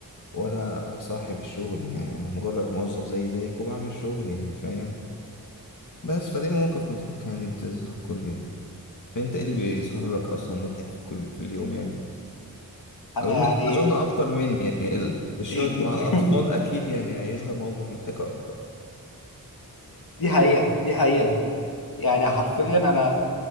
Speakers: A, on the left; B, on the left.
A: ولا صاحب الشغل يعني انا مجرد موظف زي زيك وبعمل شغل يعني فاهم بس فدي مواقف مضحكه يعني بتظهر كل يوم انت ايه اللي بيظهر لك اصلا مضحك في كل في اليوم يعني
B: انا
A: اظن
B: يعني
A: اظن اكتر مني يعني ال- الشغل
B: <laughs>
A: مع الاطفال اكيد يعني هيظهر مواقف مضحكه اكتر
B: دي حقيقة دي حقيقة يعني حرفيا انا